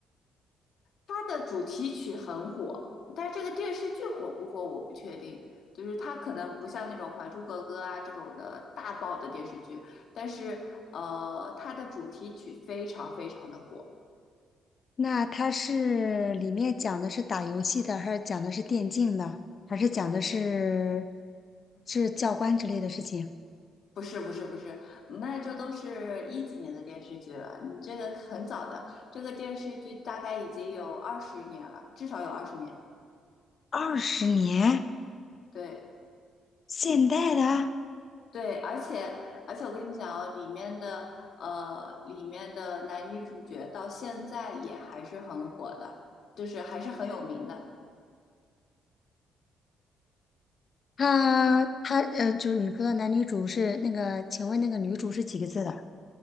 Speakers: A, on the left (about 60°); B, on the left (about 45°).
A: 它的主题曲很火，但是这个电视剧火不火我不确定。就是它可能不像那种《还珠格格》啊这种的大爆的电视剧，但是呃，它的主题曲非常非常的火。
B: 那他是里面讲的是打游戏的，还是讲的是电竞的，还是讲的是是教官之类的事情？
A: 不是不是不是，那这都是一几年的电视剧了，你这个很早的，这个电视剧大概已经有二十年了，至少有二十年。
B: 二十年，
A: 对，
B: 现代的。
A: 对，而且而且我跟你讲哦，里面的呃，里面的男女主角到现在也还是很火的，就是还是很有名的。
B: 他他呃，就是你说的男女主是那个，请问那个女主是几个字的？